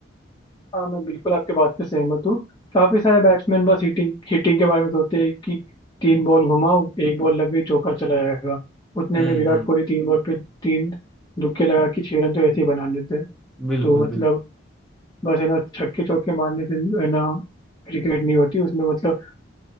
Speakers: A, on the left; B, in the centre.
A: हाँ मैं बिल्कुल आपके बात से सहमत हूँ काफी सारे बैट्समैन बस हिटिंग हिटिंग के बारे में सोचते हैं कि तीन बॉल घुमाओ एक बॉल लग गई चौका चला जाएगा उतने
B: हम्म
A: में विराट
B: हम्म
A: कोहली तीन बॉल पे तीन दुक्के लगा के छह रन तो ऐसे ही बना लेते हैं
B: बिल्कुल
A: तो मतलब
B: बिल्कुल
A: बस है ना छक्के चौके मारने से है ना क्रिकेट नहीं होती उसमें मतलब